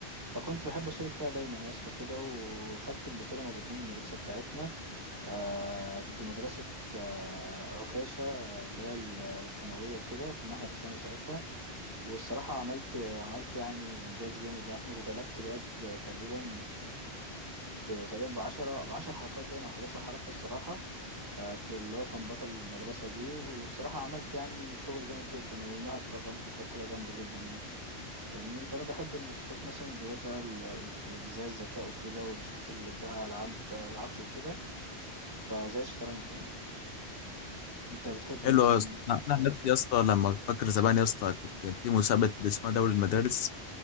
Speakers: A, on the right; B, on the left.
A: فكنت بحب أشارك فيها دايما يا اسطى كده وخدت البطولة مرتين المدرسة بتاعتنا آه، ضد مدرسة آه، عكاشة آه، اللي هي الثانوية وكده كنا احنا في الثانوي ساعتها والصراحة عملت عملت يعني إنجاز جامد يعني وغلبت الواد تقريبا ب- تقريبا بعشرة بعشر حركات باين أو حداشر حركة الصراحة آه، في اللي هو كان بطل المدرسة دي والصراحة عملت يعني شغل جامد جدا ويومها اتكرمت وكانت حاجة جامدة جدا يعني فاهمني فأنا بحب النشاطات مثلا اللي هي فيها ال- زي الذكاء وكده والنشاطات اللي فيها ألعاب العقل وكده فزي الشطرنج يعني أنت بتحب
B: حلو
A: مثلا
B: يا اسطى
A: إيه؟
B: انا أنا عن نفسي يا اسطى لما فاكر زمان يا اسطى كنت كان في مسابقه اسمها دوري المدارس